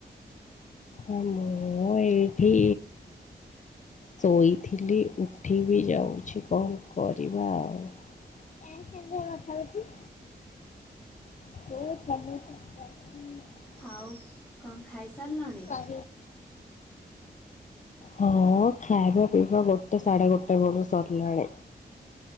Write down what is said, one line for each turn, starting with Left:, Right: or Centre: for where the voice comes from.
Left: ଆ ମୁଁ ଏଇଠି ଶୋଇଥିଲି ଉଠି ବି ଯାଉଚି କଣକରିବା ଆଉ। କାହା ସହ କଥା ହୋଉଚୁ? <unintelligible>
Centre: ଆଉ କଣ ଖାଇ ସାରିଲାଣି?
Left: <unintelligible> ହଁ ଖାଇବା ପିଇବା ଗୋଟେ ସାଢଡେ ଗୋଟେ ବେଳକୁ ସରିଲାଣି।